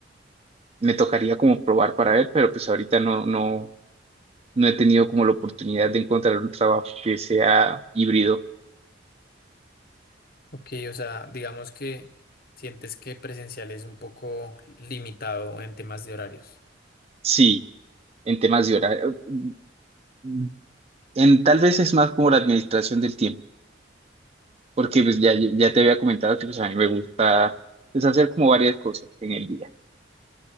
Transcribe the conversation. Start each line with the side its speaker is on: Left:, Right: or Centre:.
Right: Me tocaría como probar para ver, pero pues ahorita no, no, no he tenido como la oportunidad de encontrar un trabajo que sea híbrido.
Left: ok, o sea, digamos que sientes que presencial es un poco limitado en temas de horarios.
Right: Sí, en temas de horario. mm, En, tal vez es más como la administración del tiempo, porque pues ya, ya te había comentado que pues a mí me gusta pues hacer como varias cosas en el día.